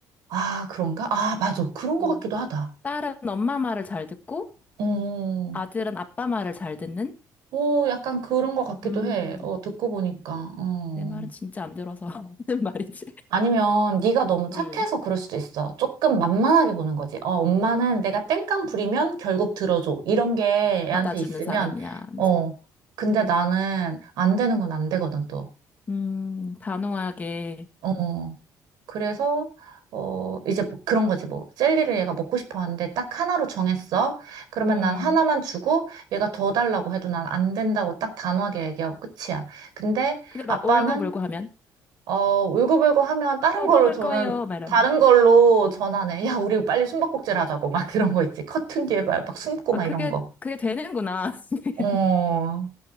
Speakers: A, on the right; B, on the left.
A: 아, 그런가? 아, 맞아. 그런 것
B: 음.
A: 같기도 하다.
B: 딸은 엄마 말을 잘 듣고
A: 음,
B: 아들은 아빠 말을 잘 듣는?
A: 오, 약간 그런 것 같기도
B: 음,
A: 해. 어, 듣고 보니까. 어.
B: 내 말은 진짜 안 들어서 <laughs> 하는 말이지.
A: 아니면 네가 너무 착해서
B: 음.
A: 그럴 수도 있어. 조금 만만하게 보는 거지. 어, 엄마는 내가 땡깡 부리면 결국 들어줘. 이런 게 애한테
B: 받아주는
A: 있으면,
B: 사람이야 하면서.
A: 어, 근데
B: 음,
A: 나는 안 되는 건 안 되거든, 또.
B: 음, 단호하게.
A: 어. 그래서 어 이제 뭐 그런 거지 뭐 젤리를 얘가 먹고 싶어 하는데 딱 하나로 정했어. 그러면
B: 음.
A: 난 하나만 주고 얘가 더 달라고 해도 난 안 된다고 딱 단호하게 얘기하고 끝이야. 근데
B: 근데
A: 아빠는
B: 막 울고불고 하면
A: 어 울고불고 하면 다른
B: 더
A: 걸로
B: 먹을
A: 저는
B: 거예요 말하면.
A: 다른 걸로 전환해. <laughs> 야, 우리 빨리 숨바꼭질 하자고 막 그런 거 있지. 커튼 뒤에 막, 막 숨고
B: 아
A: 막
B: 그게
A: 이런 거.
B: 그게 되는구나. <laughs>
A: 어.